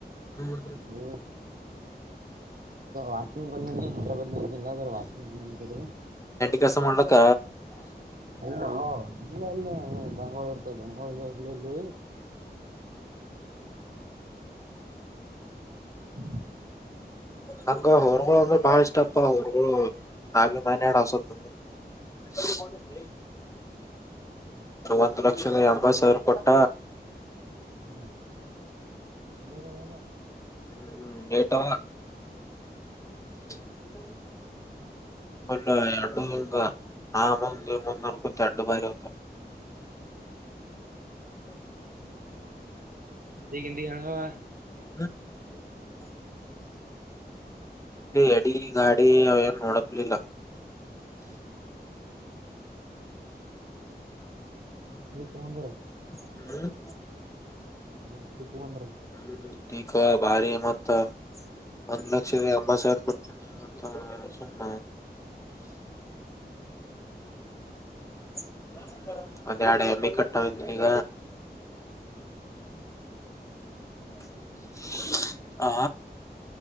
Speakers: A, on the left; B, on the right.
A: ಹ್ಮ್
B: ಹೊ ವಾಕಿಂಗ್ ಬಂದೇನೆ ಹೈದರಾಬಾದ್ ನಿಲ್ಲ ವಾಕಿಂಗ್ ಬಂದ.
A: ಕೆಲ್ಸ ಮಾಡ್ಲಕ್ಕ.
B: ಎಲ್ಲ ಇಲ್ಲಲ್ಲಿ ಇರ್ತ ಜೋಳ ಇಲ್ಲಿಲ್ಲಿ. ಹ.
A: ಹಂಗ ಹಊರ್ಗಳು ಅಂದ್ರೆ ಬಾಳ ಇಷ್ಟಪ್ಪ ಅವಊರ್ಗಳು ನಭಿ ಮನ್ಡ ಹಸತ್. ಸರಿ. ಒಂದು ಲಕ್ಷದ ಎಂಬತ್ತು ಸಾವಿರ ಕೊಟ್ಟ
B: ಹ್ಮ ಚಲೋ ರವಲ್ಲ
A: ಹ್ಮ್್ಮ ಟಾ
B: ಹ್ಮ್
A: <inaudible> ಒಂದು ಆ ಅಡ್ಡುಂಗ ನಾ ಮುಂದ ಈ ಮುಂದ ಅನ್ಕೊತ ಅಡ್ಡು ಬಾರಿತ
B: ಹ್ಮ್ <unintelligible>
A: ಹ್ಮ <unintelligible>
B: ಹಗಿ ಗಂಗುವ <unintelligible>
A: ಹ್ಮ್ <unintelligible> ಅಡಿ ಗಾಡಿ ಅವನ್ ನಡಪಲಿಲ್ಲ
B: ಹ್ಮ್ ಟೀ ತಗೊಂಡರು
A: ಹ್ಮ್
B: ನಮ ದೀಪು ಮೊಂಡರ
A: ಹ್ಮ್ ಚೀಿಕ ಭಾರಿ ಮತ್ತ ಒಂದ ಲಕ್ಷ ಅಂಬಸರ್ ಕೊತಾನ ಮ ಸು್ಣ
B: <inaudible>
A: ಹ ಒಂದ್ ಎಡು ಎಮ್ಮೆ ಕಟ್ಟ ಈಗ
B: ಹ್ಮ್
A: <inaudible> ಆ